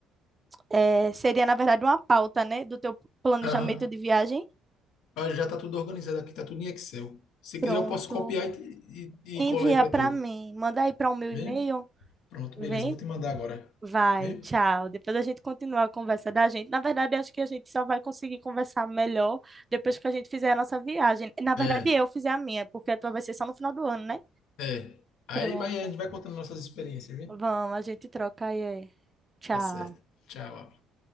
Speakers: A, on the right; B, on the left.
A: é, seria, na verdade, uma pauta, né? Do teu planejamento
B: Aham.
A: de viagem.
B: Ah, Já tá tudo organizado aqui, tá tudo em Excel. Se
A: Pronto.
B: quiser, eu posso copiar e, te- e,
A: Envia
B: e colar aí pra
A: para
B: tu.
A: mim. Manda aí para o meu
B: Vê?
A: e-mail.
B: Pronto,
A: Vem.
B: beleza. Eu vou te mandar agora.
A: Vai,
B: Vê?
A: tchau. Depois a gente continua a conversa da gente. Na verdade, acho que a gente só vai conseguir conversar melhor depois que a gente fizer a nossa viagem. Na verdade,
B: É,
A: eu fizer a minha, porque a tua vai ser só no final do ano, né?
B: é. Aí,
A: Pronto.
B: mas a gente vai contando nossas experiências, viu?
A: Vamos, a gente troca aí. aí. Tchau.
B: Tá certo. Tchau.